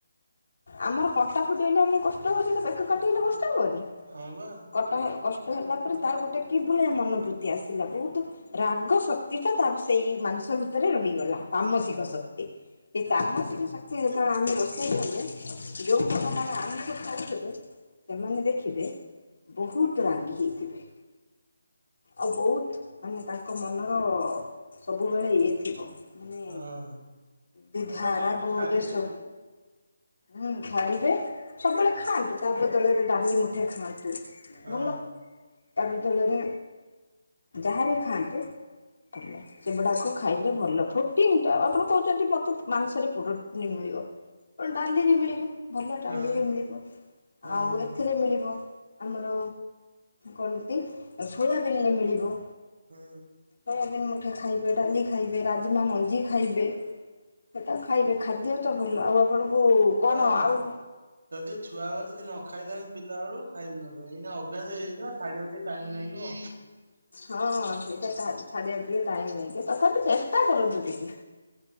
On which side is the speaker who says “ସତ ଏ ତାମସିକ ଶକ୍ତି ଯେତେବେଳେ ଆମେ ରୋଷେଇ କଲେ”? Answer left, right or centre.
Left